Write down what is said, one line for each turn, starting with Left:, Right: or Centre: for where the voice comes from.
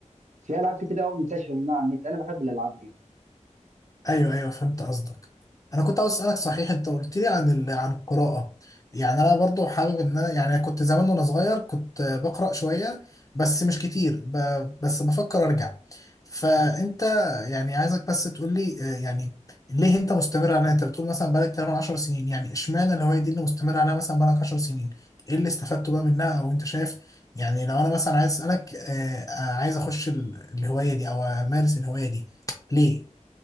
Right: في العاب كتير قوي منتشره منها على النت انا بحب الالعاب دي
Left: ايوه ايوه فهمت قصدك انا كنت عاوز اسالك صحيح انت قلت لي عن ال... عن القراءه يعني انا برضو حابب ان انا يعني أنا كنت زمان وانا صغير كنت بقرا شويه بس مش كتير ب... بس بفكر ارجع فانت يعني عايزك بس تقول لي آه، يعني ليه انت مستمر عليها انت بتقول مثلا بقالك تقريبا 10 سنين يعني اشمعنى الهوايه دي اللي مستمر عليها مثلا بقالك 10 سنين ايه اللي استفدته بقى منها او انت شايف يعني لو انا مثلا عايز اسالك آه، آه، عايز اخش ال- الهوايه دي او امارس الهوايه دي ليه